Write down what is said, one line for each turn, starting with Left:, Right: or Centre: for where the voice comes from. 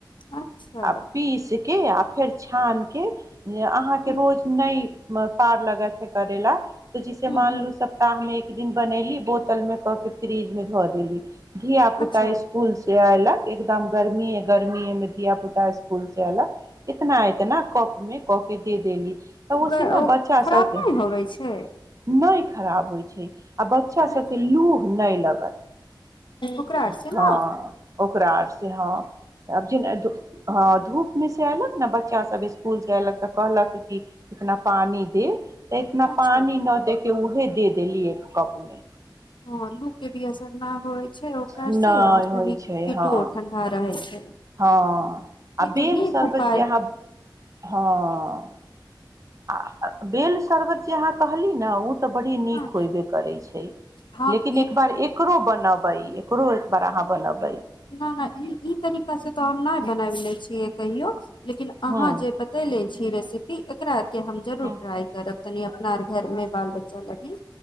Left: अच्छा
Right: आ पीस के आ फेर छान के जे अहाँके
Left: ह
Right: रोज नहि पार लक करैला तऽ जिसे
Left: ह
Right: मानलू
Left: ह
Right: सप्ताहमे एक दिन बनैली बोतल में कऽ के फ्रिज मे धऽ देली धिया पुता
Left: अच्छा
Right: स्कूल से ऐलक एकदम गर्मीए गर्मीे में धिया पुता स्कूल से एलक इतना एतना कप में क के दे देली
Left: तऽ
Right: ओहिसे
Left: ग
Right: ने
Left: ओ
Right: बच्चा
Left: खराब
Right: सबके
Left: नहि होबै छै
Right: नहि खराब होइ छै आ बच्चा
Left: अच्छा
Right: सबके लूह नहि लगत
Left: ओकरा आर से
Right: हँ
Left: ने
Right: ओकरा आर से हँ आब जेना ह धूप मिस आल ने बच्चा सब स्कुल से अयलक तऽ कहलक कि इतना पानी दे तऽ इतना
Left: अच्छा
Right: पानी न देके उहे दे देलियै कपमे
Left: ह लू के भी असर ना होय छै ओकरा
Right: नहि
Left: से आऔर
Right: होइ
Left: तनि
Right: छै
Left: पिटु
Right: हँ
Left: ठंडा रहे छै
Right: हँ आ
Left: ई तो
Right: बेल
Left: नीक
Right: शर्बत
Left: उपाय
Right: अहाँ हँ आ बेल शरबत जे अहाँ कहली ने उ बी नीक
Left: हँ
Right: होब करै छै
Left: हँ
Right: लेकिन
Left: पीट
Right: एक
Left: उट
Right: एकरो बन एकरो एक बार अहाँ बनब
Left: न नहि ई ई तरीका से त आ नहि बनाब ले छी क कहियौ लेकिन अहाँ
Right: हूँ
Left: जे बतैेले छी रेसिपी एकरा के हम जरुरर
Right: हूँ
Left: ट्राई करब तनी अपनार घर मे बाल बच्चा लगे